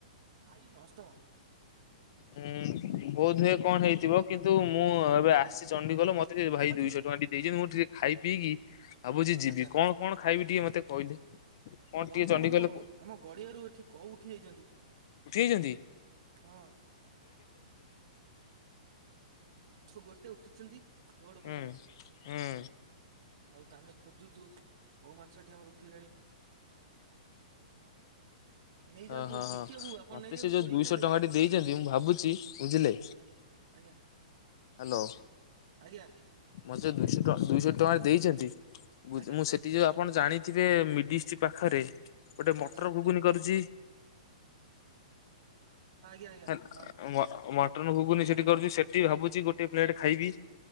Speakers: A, on the right (about 40°); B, on the left (about 40°).
A: ଭାଇ ଅଷ୍ଟମ।
B: ହୁଁ ବୋଧହୁଏ କଣ ହେଇଥିବ କିନ୍ତୁ ମୁଁ ଏବେ ଆସିଚି ଚଣ୍ଡିଖୋଲ ମୋତେ ଯେ ଭାଇ
A: ଫୋପାଡୁଛୁ
B: ଦୁଇଶହ
A: କାଇଁ
B: ଟଙ୍କା ଟି ଦେଇଛି ମୁଁ ଟିକେ ଖାଇ ପିଇକି ଭାବୁଛି ଯିବି
A: ଆଚ୍ଛା
B: କଣ କଣ ଖାଇବି ଟିକେ ମତେ କହିଲେ କଣ
A: ବନ୍ଧୁ
B: ଟିକେ ଚଣ୍ଡିଖୋଲ
A: ଆମ ଆମ ଗଡିଆରୁ ଏଠି କୋଉ ଉଠି ଯାଇଚନ୍ତି।
B: ଉଠିଯାଇଚନ୍ତି?
A: ହଁ। ଗୋଟେ ଉଠିଛନ୍ତି ରୋଡ ଉପରେ
B: ହୁଁ
A: ଥିଲେ।
B: ହୁଁ
A: ହଉ ତ ଆମେ ଖୋଜୁଛୁ କଉ ମାଛଟି ଆମର ଉଠିଲେଣି। ନେଇଯାଆନ୍ତୁ
B: ହଁ ହଁ ହଁ
A: ବିକି ବାବୁ ଆପଣ
B: ମତେ
A: ନେଇଯାଆନ୍ତୁ
B: ସେ ଯୋଉ
A: ପୋଡ଼ିକି
B: ଦୁଇଶହ
A: ଖାଇଦେବେ
B: ଟଙ୍କାଟି ଦେଇଛନ୍ତି ମୁଁ ଭାବୁଛି ବୁଝିଲେ
A: ଆଜ୍ଞା। ଆଜ୍ଞା।
B: ହ୍ୟାଲୋ।
A: ଆଜ୍ଞା।
B: ମତେ ଦୁଇଶହ ଟଙ୍କା ଦୁଇଶହ ଟଙ୍କା ଟେ ଦେଇଛନ୍ତି
A: ଆଜ୍ଞା
B: ମୁଁ ସେ ଟି ଯୋଉ ଆପଣ ଜାଣିଥିବେ ମିଡିଷ୍ଟ ପାଖରେ ଗୋଟେ ମଟର
A: ଆଚ୍ଛା
B: ଘୁଗୁନି କରୁଛି?
A: ଆଜ୍ଞା ଆଜ୍ଞା
B: ଆଁ
A: ହଁ
B: ମ ମ ମଟର ଘୁଗୁନି ସେଠି କରୁଛି ସେଠି ଭାବୁଛି ଗୋଟେ ପ୍ଲେଟ୍ ଖାଇବି।